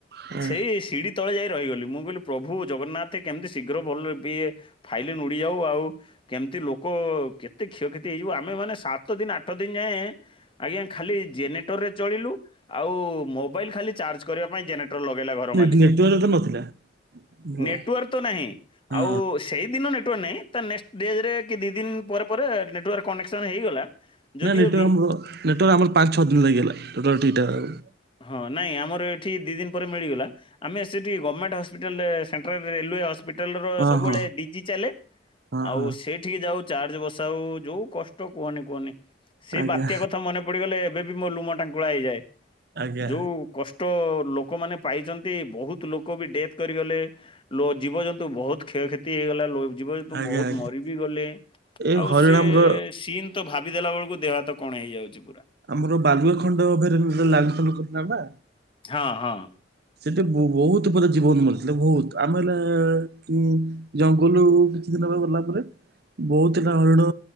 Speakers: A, on the right; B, on the left.
A: ହଁ।
B: ସେଇ ସିଡି ତବେଳେ ଯାଇ ରହିଗଲି ମୁଁ କହିଲି ପ୍ରଭୁ ଜଗନ୍ନାଥ କେମିତି ଶୀଘ୍ର ଭଲ ହେବିଏ। ଫାଇଲି ନୁଡିଯାଉ ଆଉ କେମିତି ଲୋକ କେତେ କ୍ଷୟକ୍ଷତି ହେଇଯିବ। ଆମେ ମାନେ ସାତ ଦିନ ଆଠ ଦିନ ଯାଏଁ ଆଜ୍ଞା ଖାଲି ଜେନେରେଟରରେ ଚଳିଲୁ। ଆଉ ମୋବାଇଲ ଖାଲି ଚାର୍ଜ କରିବା ପାଇଁ ଜେନେ ଲଗେଇଲା ଘର
A: ନେ-
B: ମାଲିକ।
A: ନେଟୱାର୍କ ତ ନଥିଲା। ହଁ
B: ନେଟୱାର୍ ତ ନାହିଁ।
A: ହଁ।
B: ଆଉ ସେଇଦିନ ନେଟୱାର୍କ ନାହିଁ। ତା ନେକ୍ସଟ ଡେରେ କି ଦି ଦିନ ପରେ ପରେ ନେଟୱାର୍କ କନେକ୍ସନ୍ ହେଇଗଲା। ଯଦିଓ
A: ନା ନେଟ
B: ବି
A: ଆମର ନେଟୱାର ଆମର ପାଞ୍ଚ ଛଅ ଦିନ ଲାଗିଗଲା। ଟୋଟାଲ ଠିକ ଠାକ ଇଟାଉ।
B: ହଁ ନାଇଁ ଆମର ଏଠି ଦି ଦିନ ପରେ ମିଳିଗଲା। ଆମେ ସେଠି ଗମେଣ୍ଟ ହସ୍ପିଟାଲରେ ସେଣ୍ଟେରାଫି ରେଲୁୱେ ହପିଟାଲ ର
A: ହଁ
B: ସବୁବେଳେ
A: ହଁ
B: ଡିଜି ଚାଲେ।
A: ହଁ
B: ଆଉ
A: ହଁ
B: ସେଇଠିକି ଯାଉ ଚାର୍ଜ ବସାଉ। ଯୋଉ କଷ୍ଟ କୁହନି କୁହନି ସେ
A: ଆଜ୍ଞା
B: ବାତ୍ୟା କଥା ମନେ ପଡିଗଲେ ଏବେ ବି ମୋ ଲୁମ ଟାଙ୍କୁଳା ହେଇଯାଏ।
A: ଆଜ୍ଞା
B: ଯୋଉ କଷ୍ଟ ଲୋକମାନେ ପାଇଛନ୍ତି ବହୁତ ଲୋକ ବି ଡେଥ କରିଗଲେ। ଲୋ ଜୀବଜନ୍ତୁ ବହୁତ କ୍ଷୟକ୍ଷତି ହେଇଗଲା। ଲୋ ଜୀବ ଯେତୁ
A: ଆଜ୍ଞା
B: ବହୁତ
A: ଆଜ୍ଞା।
B: ମରିିବି ଗଲେ।
A: ଏଇ
B: ଆଉ
A: ହରିଣ
B: ସେ
A: ଆମର
B: ସିନ୍ ତ ଭାବିଦେଲା ବେଳକୁ ଦେହ ହାତ କଣ ହେଇଯାଉଛି ପୁରା।
A: ଆମର ବାଲୁଆ ଖଣ୍ଡ ଲାଲୁନ କରିନା ନା ପା।
B: ହଁ ହଁ।
A: ସେଠି ବୋ ବହୁତ ପୁରା ଜୀବନ ମରିଥିଲେ। ବହୁତ ଆମେ ହେଲେ ଜଙ୍ଗଲରୁ କିଛି ଦିନ ଟା ଗଲା ପରେ ବହୁତ ହୋ ହରିଡ଼